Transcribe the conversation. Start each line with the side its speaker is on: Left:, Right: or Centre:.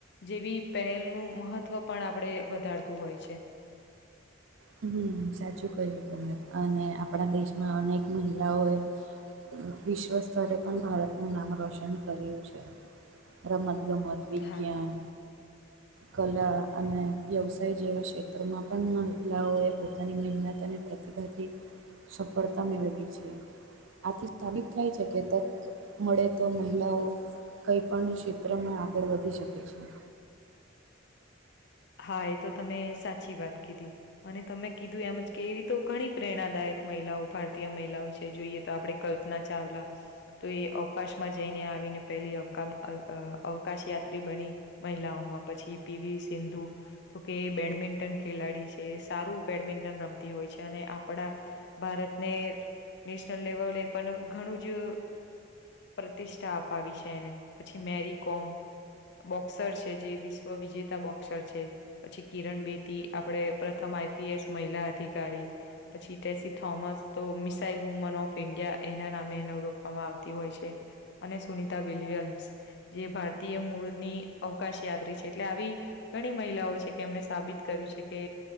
Left: જેવી પહેલનું મહત્વ પણ આપણે વધારતું હોય છે.
Right: હમ સાચું કહ્યું તમે અને આપણા દેશમાં અનેક મહિલાઓએ વિશ્વ સ્તરે પણ ભારતનું નામ રોશન કર્યું છે રમત ગમત વિજ્ઞાન
Left: હા.
Right: કલા અને વ્યવસાય જેવા ક્ષેત્રમાં પણ મહિલાઓ એ પોતાની મહેનત અને <inaudible> સફળતા મેળવી છે. આથી સાબિત થાય છે કે તક મળે તો મહિલાઓ કંઈપણ ક્ષેત્રમાં આગળ વધી શકે છે.
Left: હા એ તો તમે સાચી વાત કીધી. અને તમે કીધું એમજ કે એવી તો ઘણી પ્રેરણાદાયક મહિલાઓ ભારતીય મહિલાઓ છે. જોઈએ તો આપડે કલ્પના ચાવલા તો એ અવકાશમાં જઈને આવીને પહેલી અવ અવકાશ યાત્રી બની મહિલાઓમાં પછી પીવી સિંધુ તો કે બેડમિન્ટન ખેલાડી છે સારું બેડમિન્ટન રમતી હોય છે અને આપડા ભારતને નેશનલ લેવલે પણ ઘણું જ પ્રતિષ્ઠા અપાવી છે એને પછી મેરી કોમ બોક્સર છે જે વિશ્વ વિજેતા બોક્સર છે પછી કિરણ બેતી આપડે પ્રથમ આઈ પી એસ મહિલા અધિકારી પછી ટેસી થોમસ તો મિસાઇલ વુમન ઓફ ઈન્ડિયા એના નામે એને ઓળખવામાં આવતી હોય છે. અને સુનિતા વિલિયમ્સ જે ભારતીય મૂળની અવકાશ યાત્રી છે એટલે આવી ઘણી મહિલાઓ છે કે એમને સાબિત કર્યું છે કે